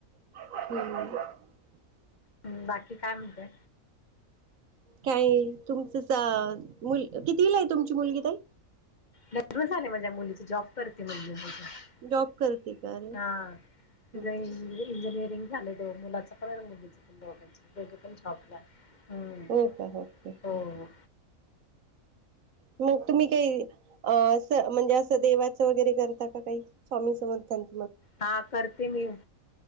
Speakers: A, on the right; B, on the left.
A: हम. <unintelligible>
B: हम्म बाकी काय म्हणते.
A: काय तुमचाच मुल कितवी ला आहे तुमची मुलगी तई.
B: लग्न झालंय माझ्या मुलीच जॉब करते मुलगी <unintelligible> <inaudible>
A: जॉब करते का अरे
B: हा तिला
A: हो
B: इंजि इंजिनीरिंग लग्न झालंय दो मुलाचा पन मुलीच पण दोघांच पण. दोघे पण जॉब ला आहेत. हम
A: हो का ओके ओके
B: हो.
A: मग तुम्ही काही अ अस म्हणजे असं देवाचं वगैरे करता का काही स्वामी समर्थानच.
B: हा करते मी